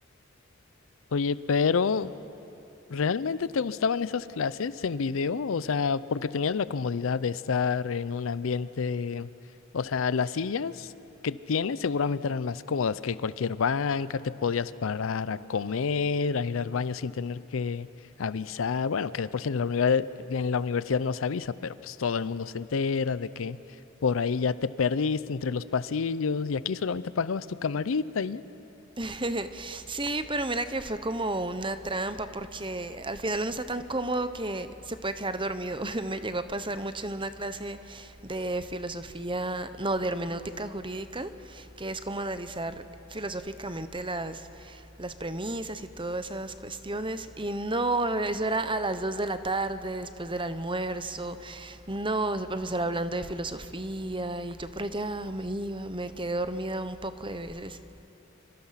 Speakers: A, on the left; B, on the right.
A: Oye, pero ¿Realmente te gustaban esas clases en video? O sea, porque tenías la comodidad de estar en un ambiente, o sea, las sillas que tienes seguramente eran más cómodas que cualquier banca, te podías parar a comer, a ir al baño sin tener que avisar. Bueno, que de por sí en la universidad, en la universidad no se avisa, pero pues todo el mundo se entera de que por ahí ya te perdiste entre los pasillos y aquí solamente pagabas tu camarita y ya.
B: <laughs> Sí, pero mira que fue como una trampa porque al final uno está tan cómodo que se puede quedar dormido. <laughs> Me llegó a pasar mucho en una clase de filosofía, no, de hermenéutica jurídica, que es como analizar filosóficamente las, las premisas y todas esas cuestiones. Y no, eso era a las 2 de la tarde, después del almuerzo. No, el profesor hablando de filosofía y yo por allá me iba, me quedé dormida un poco de veces.